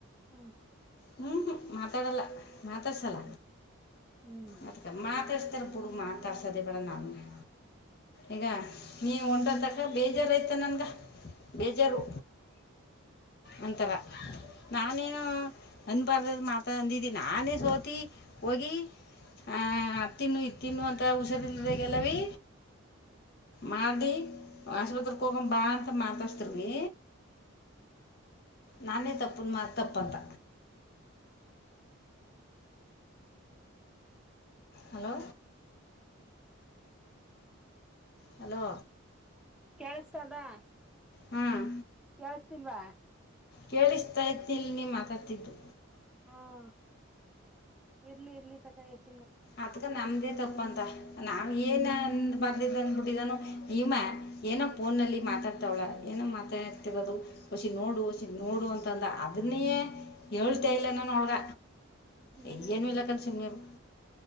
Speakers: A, in the centre; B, on the left.
A: ಹ್ಮ್
B: ಹ್ಮ್ ಹ್ಮ್ ಮಾತಾಡಲ್ಲ ಮಾತಾಡ್ಸಲ
A: ಹ್ಮ್ ಹ್ಮ್
B: ಅದಕ್ಕೆ ಮಾತಾ ಇರ್ತರ ಬುಡ್ ಮಾತಾಡ್ಸದೇ ಬೇಡ ನಮ್ನ ಈಗ ನೀ ಹೊನ್ಟೊತಕ್ಕ ಬೇಜಾರು ಯ್ತ ನನ್ಗ ಬೇಜಾರು ಅಂತಾರ ನಾನೇನು ಅನ್ಬಾರ್ದದ ಮಾತಾ ಅಂದಿದ್ದಿ ನಾನೇ ಸೋತಿ ಹೋಗಿ ಆ ಹ ತಿನ್ನು ಇ ತಿನ್ನು ಅಂತ ಹುಸಿರಿಲ್ದಾಗೆಲ್ಲಾವೀ ಮಾಡಿ ಆಸ್ಪತ್ರೆಗೆ ಹಕೊ ಬಾ ಅಂತ ಮಾತಾಸ್ತರೀ ನಾನೇ ತಪ್ಪನ್ ಮಾ ತಪ್ಪಂತ ಹಲೋ ಹಲೋ
A: ಕೇಳಿಸ್ತದಾ.
B: ಹ್ಮ್.
A: ಕೇಳಸ್ತಿಲ್ವಾ.
B: ಕೇಳಿಸ್ತಾ ಇದಿಲ್ ನೀ ಮಾತಾಡ್ತಿದ್ದು.
A: ಹ್ಮ. ಇರ್ಲಿ ಇರ್ಲಿ ತಕ ಏಸ್
B: ಅತ್ಕ ನಮ್ದ ತಪ್ಪ ಪಂದ ನಾವವು
A: ಹ್ಮ್
B: ಏನ್ ಅಂದ್ಬಿಟ್ಟಿದಾನು ಇವ ಏನೋ ಫೋನಲ್ಲಿ ಮಾತಾಡ್ತಾವಳ ಏನೋ ಮಾತಾಡ್ತಿರೋದು. ಹಷಿ ನೋಡು ಹಷಿ ನೋಡು ಅಂತ ಅ ಅದನ್ನಯೇ ಹೇಳ್ತನಾ ಅವಾಗ
A: ಹ್ಮ್
B: ಎಯ್ಯನು ಇಲ್ಲ ಕನ ಸುಮ್ನೆ ಇರು.